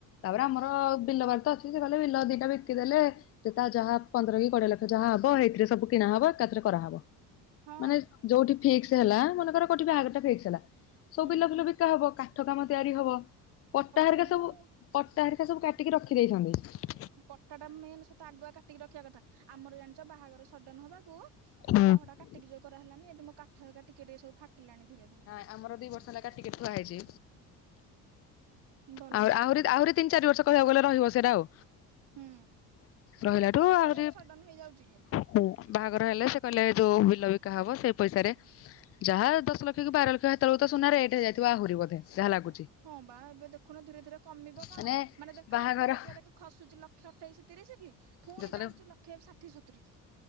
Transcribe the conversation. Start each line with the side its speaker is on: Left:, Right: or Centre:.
Left: ତାପରେ ଆମର ବିଲବାରି ତ ଅଛି ସେ କଇଲେ ବିଲ ଦିଟା ବିକିଦେଲେ ଯେତେ ଯାହା ପନ୍ଦର କି କୋଡିଏ ଲକ୍ଷ ଯାହା ହବ ସେଇଥିରେ ସବୁ କିଣା ହବ ଏକା ଥରେ କରାହବ।
Right: ହଁ
Left: ମାନେ ଯୋଉଠି ଫିକ୍ସ ହେଲା ମନେକର କୋଠି ବାହାଘ ଟା ଫିକ୍ସ୍ ହେଲା। ସବୁ
Right: ହୁଁ।
Left: ବିଲାଫିଲ ବିକା ହବ କାଠ କାମ ତିଆରି ହବ ପଟାହେରିକା
Right: ତ ହବ
Left: ସବୁ
Right: ଆଉ
Left: କଟା ହେରିକା ସବୁ କାଟିକି ରଖିଦେଇଛନ୍ତି।
Right: ପଟା ଟା ମେନ୍ ସତ ଆଗୁଆ କାଟିକି ରଖିଆ କଥା ଆମର ଜାଣିଚ ବାହାଘର ସଡ଼ନ ହବାକୁ
Left: ନାଇଁ
Right: ପଟା ଫଟା କାଟିକି ଯୋଉ କରା ହେଲାନି ଏଠି ମୋ କାଠ ହେକା ଟିକେ ଟିକେ ସବୁ ଫାଟିଲାଣି ଧୀରେ ଧୀରେ।
Left: ଆମର ଦି ବର୍ଷ ହେଲା କାଟିକି ଥୁଆ ହେଇଚି।
Right: ଭଲ
Left: ଆହୁ
Right: ସେମିତି
Left: ଆହୁରି ଆହୁରି ତିନି ଚାରି ବର୍ଷ କହିବାକୁ ଗଲେ ରହିବ ସେଇଟା ଆଉ।
Right: ହୁଁ
Left: ରହିଲାଠୁ
Right: ବାହାଘର
Left: ଆହୁରି
Right: କଣ ସଡନ ହେଇଯାଉଛି କି?
Left: ହୁଁ ବାହାଘର ହେଲେ ସେ କଇଲେ ଯୋଉ ବିଲବିକା ହବ ସେଇ ପଇସାରେ ଯାହା ଦଶ ଲକ୍ଷ କି ବାର ଲକ୍ଷ ତ ହେତଳୁକୁ ତ ସୁନା ରେଟ ହେଇଯାଇଥିବ ଆହୁରି ବୋଧେ ଯାହା ଲାଗୁଛି,
Right: ହଁ ବା ଏବେ ଦେଖୁନ ଧୀରେ ଧୀରେ କମିବ କଣ
Left: ମାନେ
Right: ଦେଖ
Left: ବାହାଘର
Right: ଏକପଟିଆ ଦେଖ ଖସୁଛି ଲକ୍ଷେ ଅଠେଇଶ ତିରିଶିକି ଫୁଣି
Left: ଯେତେବେଳେ
Right: ଯାଉଛି ଲକ୍ଷେ ଷାଠିଏ ସତୁରି କି।